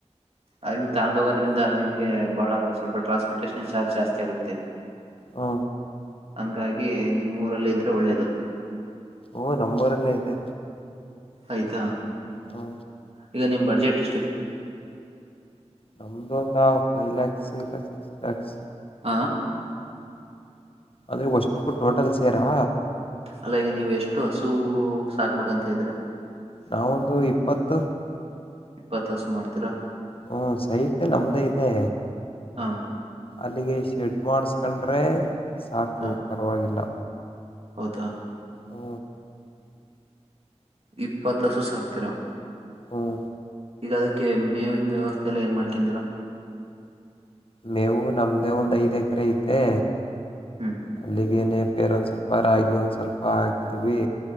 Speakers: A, on the right; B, on the left.
A: ಹಂಗ್ ತಂಡ್ ಹೋಗೋದ್ರಿಂದ ನಿಮ್ಗೆ ಬಾಳ ಸ್ವಲ್ಪ ಟ್ರಾನ್ಸ್ಪೋರ್ಟಷನ್ ಚಾರ್ಜ್ ಜಾಸ್ತಿ ಆಗುತ್ತೆ.
B: ಹಾ
A: ಹಂಗಾಗಿ ನಿಮ್ಮ್ ಊರಲ್ಲ ಇದ್ರೆ ಒಳ್ಳೇದು.
B: ಓ ನಮ್ಮೂರಲ್ಲೆ ಐತೆ.
A: ಆಯ್ತಾ
B: ಹಾ
A: ಈಗ ನಿಮ್ ಬಜೆಟ್ ಎಷ್ಟಿದೆ.
B: ನಮ್ದು ಒಂದ ಫೈವ್ ಲ್ಯಾಕ್ಸ್ ಇಲ್ಲ ಸಿಕ್ಸ್ ಲ್ಯಾಕ್ಸ್.
A: ಹಾ
B: ಅದೆ ಒಷ್ಟುಕ್ಕೂ ಟೋಟಲ್ ಸೇರಾ.
A: ಅಲ್ಲ ಈಗ ನೀವು ಎಷ್ಟು ಹಸು ಸಾಕ್ಬೇಕಂತ ಇದೀರಾ.
B: ನಾವೊಂದು ಇಪ್ಪತ್ತು.
A: ಇಪ್ಪತ್ತು ಹಸು ಮಾಡ್ತೀರಾ.
B: ಹ್ಮ ಸೈಟ್ ನಮ್ದೇ ಇದೆ.
A: ಹಾ
B: ಅಲ್ಲಿಗೆ ಶೆಡ್ ಮಾಡ್ಸ್ಕೊಂಡ್ರೆ ಸಾಕು
A: ಹಾ
B: ಪರವಾಗಿಲ್ಲ.
A: ಹೌದಾ
B: ಹು
A: ಇಪ್ಪತ್ ಹಸು ಸಾಕ್ತೀರಾ.
B: ಹ್ಮ್
A: ಈಗ ಅದಿಕ್ಕೆ ಮೇವಿನ್ ವ್ಯವಸ್ಥೆ ಎಲ್ಲ ಏನ್ ಮಾಡ್ಕಂದಿರಾ.
B: ಮೇವು ನಮ್ದೇ ಒಂದ್ ಐದ್ ಎಕ್ರೆ ಐತೆ.
A: ಹ್ಮ್
B: ಅಲ್ಲಿಗೇನೆೇ ಪೇರ್ ಒಂದ ಸ್ವಲ್ಪ ರಾಗಿ ಒಂದ್ ಸ್ವಲ್ಪ ಹಾಕಿದ್ವಿ.